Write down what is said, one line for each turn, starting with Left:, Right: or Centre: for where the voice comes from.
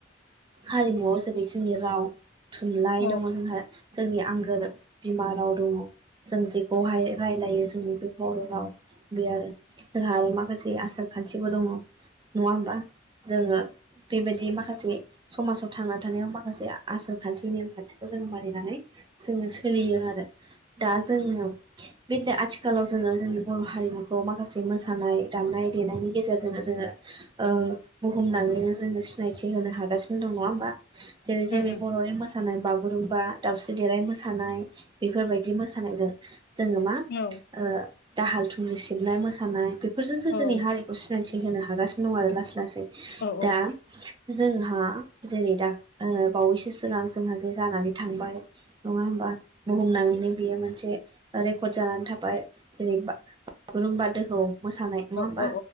Right: हारिमुआव जेरै जोंनि राव थुनलाइ दङ
Left: औ
Right: जोंहा जोंनिया बिमा राव दङ। जों जेखौहाय रायलायो जोंनि बे बर' राव बे आरो। जोंहा आरो माखासे आसार खान्थिबो दङ। नङा होमबा जोङो बेबायदि माखासे समाजाव थांना थानायाव माखासे आसार खान्थि नेमखान्थिखौ जोंङो मानिनानै जोङो सोलियो आरो दा जोङो बिदिनो आथिखालाव जोङो जोंनि बर' हारिमुखौ माखासे मोसानाय दामनाय देनायनि गेजेरजोंनो जोङो ओ बुहुमनाङैनो जोङो सिनायथि होनो हागासिनो दं नङा होमबा? जेरै जोंनि
Left: उम उम
Right: बर'नि मोसानाय बागुरुम्बा दाउस्रि देलाय मोसा मोसानाय बेफोरबायदि मोसानायजों जोङो मा
Left: औ
Right: ओ दाहाल थुंग्रि सिबनाय मोसानाय बेफोरजोंसो
Left: औ
Right: जोंनि हारि खौ सिनायथि होनो हागासिनो दं आरो लासै लासै
Left: औ
Right: दा जोंहा जेरै दा बावैसो सिगां जोंहा जे जानानै थांबाय नङा होमबा बुहुमनाङैनो बियो मोनसे रेकर्ड जानानै थाबाय जेरैा बागुरुम्बा दोहौ। मोसानाय नङा होमबा
Left: औ